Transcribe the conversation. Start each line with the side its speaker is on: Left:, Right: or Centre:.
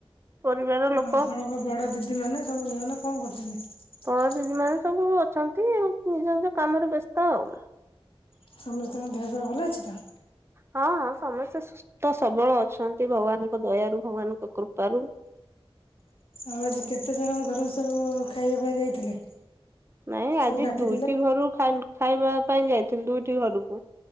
Right: ପରିବାର
Left: ଆ
Right: ଲୋକ।
Left: ଆପଣଙ୍କ ବଡ ଦିଦି ମାନେ ସବୁ କଣ କରୁଛନ୍ତି।
Right: ତଳ ଦିଦି ମାନେ ସବୁ ଅଛନ୍ତି ନିଜ ନିଜ କାମରେ ବ୍ୟସ୍ତ ଆଉ।
Left: ସମସ୍ତଙ୍କ ଦେହପା ଭଲ ଅଛି ତ?
Right: ହଁ ଅସମସ୍ତେ ସୁସ୍ତସବଳ ଅଛନ୍ତି ଭଗବାନଙ୍କ ଦୟାରୁ ଭଗବାନଙ୍କ କୃପାରୁ।
Left: ଆଉ ଆଜି କେତେ ଜଣ ଘରକୁ ସବୁ ଖାଇବା ପାଇଁ ଯାଇଥିଲେ।
Right: ନାଇଁ ଆଜି
Left: ସବୁ ଡାକିଥିଲେ
Right: ଦୁଇଟି ଘରୁ ଖାଇବା ପାଇଁ ଯାଇଥିଲି ଦୁଇଟି ଘରକୁ।